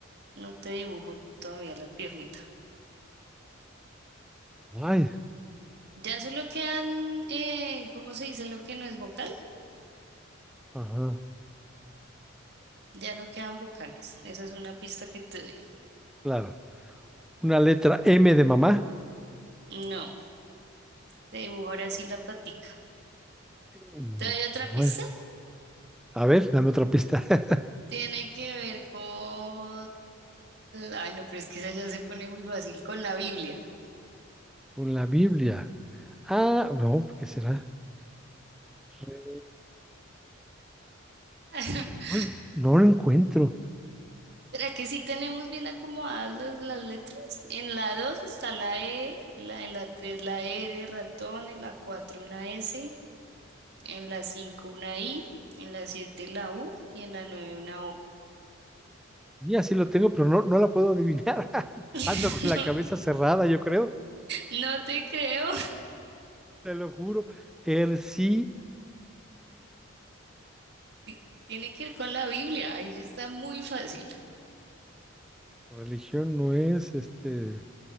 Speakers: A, on the right (about 50°); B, in the centre.
A: No te dibujo todavía la piernita.
B: Ay,
A: Ya solo quedan, eh, ¿cómo se dice lo que no es vocal?
B: ajá,
A: Ya no quedan vocales. Esa es una pista que te doy.
B: claro. Una letra M de mamá.
A: No, te dibujo ahora sí la patica.
B: Mm,
A: ¿Te doy otra
B: No
A: pista?
B: es. A ver, dame otra pista. <laughs>
A: Tiene que ver con... Ay, no, pero es que esa ya se pone muy fácil con la Biblia.
B: Con la Biblia. Ah, no, ¿qué será? Re-
A: <laughs>
B: No, no lo encuentro.
A: ¿Será que sí tenemos bien acomodadas las, las letras? En la 2 está la E, la, en la 3 la R, ratón, en la 4 una S, en la 5 una I, en la 7 la U y en la nueve una O.
B: Y así lo tengo, pero no, no la puedo adivinar. <laughs>
A: <laughs>
B: Ando con la cabeza cerrada, yo creo,
A: No no te creo.
B: te lo juro. Er sí,
A: Ti- Tiene que ver con la Biblia. Ahí está muy fácil.
B: religión no es este.